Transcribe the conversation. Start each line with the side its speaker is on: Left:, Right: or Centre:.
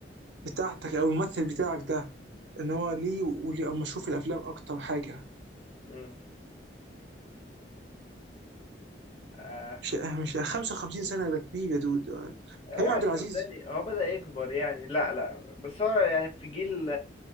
Right: بتاعتك أو الممثل بتاعك ده إن هو ليه وليه أو مشهور في الأفلام أكتر حاجة
Left: مم. اه
Right: مش أه، مش 55 سنة ده كبير يا دود آه،
Left: آه،
Right: كريم عبد العزيز
Left: صدقني هو بدأ يكبر يعني لا لا بس هو يعني في جيل